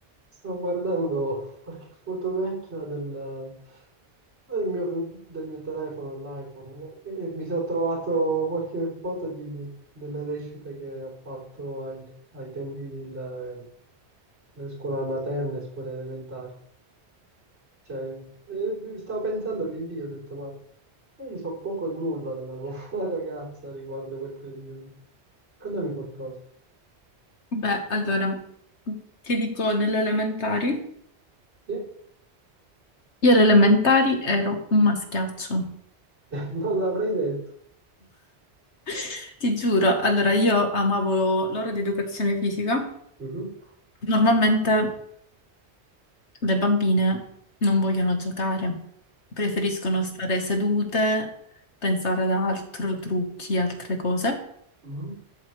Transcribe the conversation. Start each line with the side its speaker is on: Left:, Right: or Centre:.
Right: Sto guardando qualche foto vecchia del, del mio, del mio telefono, dell'iPhone, e mi sono trovato qualche foto di- delle recite che ho fatto ai, ai tempi del- delle scuole materne, scuole elementari. Cioè, eh, stavo pensando lì lì, ho detto, ma io so poco e nulla della mia <laughs> ragazza riguardo quel periodo. Contami qualcosa.
Left: Beh, allora, ti dico delle elementari.
Right: Sì?
Left: Io alle elementari ero un maschiaccio.
Right: <laughs> Non l'avrei detto.
Left: <laughs> Ti giuro, allora io amavo lo- l'ora di educazione fisica.
Right: Mhm.
Left: Normalmente le bambine non vogliono giocare, preferiscono stare sedute, pensare ad altro, trucchi, altre cose.
Right: Mhm.